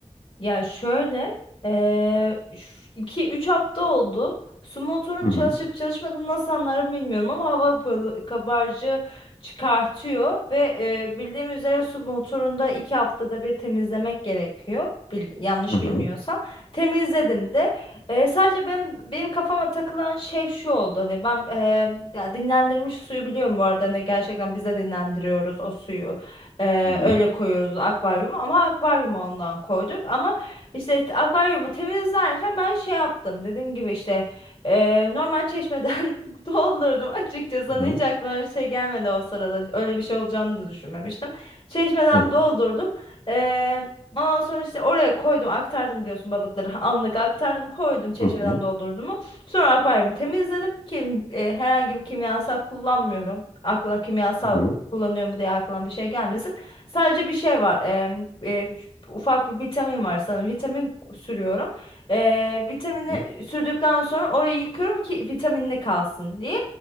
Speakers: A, on the left; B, on the left.
A: Ya şöyle, eee 2-3 hafta oldu. Su motorun
B: Hı hı.
A: çalışıp çalışmadığını nasıl anlarım bilmiyorum ama hava balı- kabarcığı çıkartıyor ve eee bildiğim üzere su motorunda 2 haftada bir temizlemek gerekiyor. Bil- yanlış
B: Hı hı.
A: bilmiyorsam. Temizledim de. Eee, sadece benim, benim kafama takılan şey şu oldu. Hani ben eee, ya dinlendirilmiş suyu biliyorum bu arada. Hani gerçekten biz de dinlendiriyoruz o suyu. Ee,
B: Hı hı.
A: öyle koyuyoruz akvaryumu ama akvaryumu ondan koyduk ama işte t- akvaryumu temizlerken ben şey yaptım dediğim gibi işte e, normal çeşmeden <laughs> doldurdum açıkçası
B: Hı
A: Hani
B: hı.
A: hiç aklıma bir şey gelmedi o sırada öyle bir şey olacağını da düşünmemiştim çeşmeden
B: Hı hı.
A: doldurdum Ee, ondan sonra işte oraya koydum aktardım biliyorsun balıkları <laughs> anlık aktardım koydum çeşmeden
B: Hı hı.
A: doldurdum Sonra akvaryumu temizledim. Kim, e, herhangi bir kimyasal kullanmıyorum. Aklına kimyasal
B: Hı hı.
A: kullanıyor mu diye aklına bir şey gelmesin. Sadece bir şey var. em, e, ufak bir vitamin var sanırım. Vitamin sürüyorum. E, vitamini
B: Hı hı.
A: sürdükten sonra orayı yıkıyorum ki vitaminli kalsın diye.